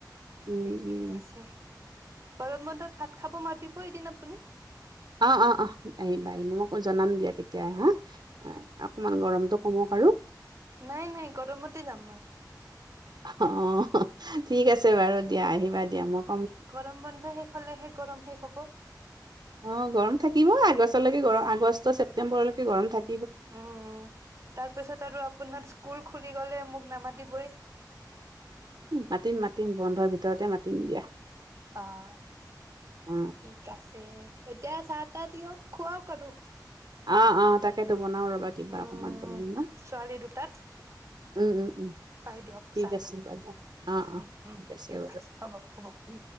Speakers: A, on the right (about 70°); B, on the right (about 40°).
A: উ,
B: ঠিকে
A: উ।
B: আছে গৰম বন্ধত ভাত খাব মাতিব এদিন আপুনি।
A: অ', অ', অ' আহিবা, ম়ই জনাম দিয়া কেতিয়া হা। অকমান গৰমটো কমক আৰু।
B: নাই নাই গৰমতে যাম মই
A: অ' ঠিক আছে বাৰু দিয়া, আহিবা দিয়া মোক
B: গৰম বন্ধ শেষ হ'লেহে গৰম শেষ হব।
A: অ', গৰম থাকিব আগষ্টলৈকে গৰম, আগষ্ট ছেপ্তেম্বৰলৈকে গৰম থাক
B: অ' তাৰপিছত আৰু আপোনাৰ স্কুল খু থাকি গ'লে মোক নামাতিবই।
A: মাতিম মাতিম, বন্ধৰ ভিতৰতে মাতিম দিয়া।
B: অ'।
A: অ
B: ঠিক আছে। এতিয়া চাহ তাহ দিয়ক খুৱওক আৰু।
A: অ', অ' তাকেতো বনাও ৰবা, কিবা
B: উম
A: অকমান বনা ন'।
B: ছোৱালী দুটাত
A: উম, উম, উম।
B: খুৱাই দিয়ক
A: ঠিক
B: চাহটো
A: আছে বাৰু। অ', অ'
B: উম উম
A: ঠিক আছে বাৰু।
B: হ'ব হ'ব উম